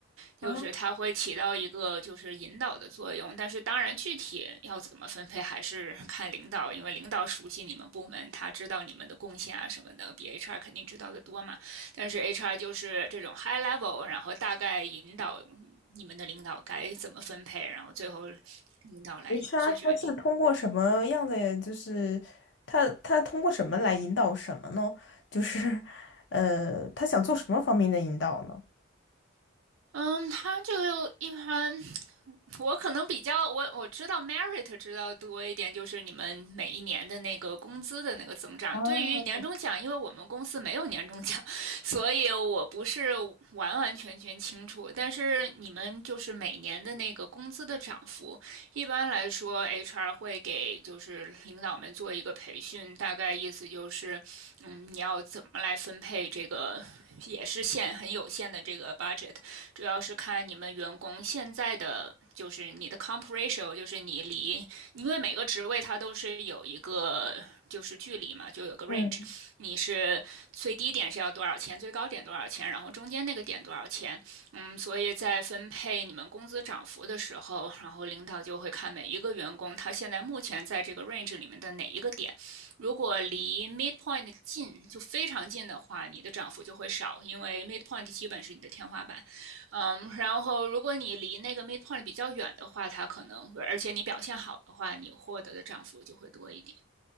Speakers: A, on the right; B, on the left.
A: 就是它会起到一个就是引导的作用，
B: 啊，
A: 但是当然具体要怎么分配还是 <laughs> 看领导，因为领导熟悉你们部门，他知道你们的贡献啊什么的，比 HR 肯定知道的多嘛。但是 HR 就是这种 high level，然后大概引导你们的领导该怎么分配，然后最后领导来做决定。
B: HR 他是通过什么样的，就是他他通过什么来引导什么呢？就是 <laughs> 呃，他想做什么方面的引导呢？
A: 嗯，他就一般我可能比较我我知道 merit 知道多一点，就是你们每一年的那个工资的那个增长。
B: 啊，
A: 对于年终奖，因为我们公司没有年终奖，<laughs> 所以我不是完完全全清楚。但是你们就是每年的那个工资的涨幅，一般来说 HR 会给就是领导们做一个培训，大概意思就是，嗯，你要怎么来分配这个也是限很有限的这个 budget，主要是看你们员工现在的就是你的 comp ratio，n 就是你离，因为每个职位它都是有一个就是距离嘛，就有个
B: 嗯
A: range，你是最低点是要多少钱，最高点多少钱，然后中间那个点多少钱，嗯，所以在分配你们工资涨幅的时候，然后领导就会看每一个员工他现在目前在这个 range 里面的哪一个点，如果离 midpoint 近，就非常近的话，你的涨幅就会少，因为 midpoint 基本是你的天花板。嗯，然后如果你离那个 midpoint 比较远的话，它可能，而且你表现好的话，你获得的涨幅就会多一点。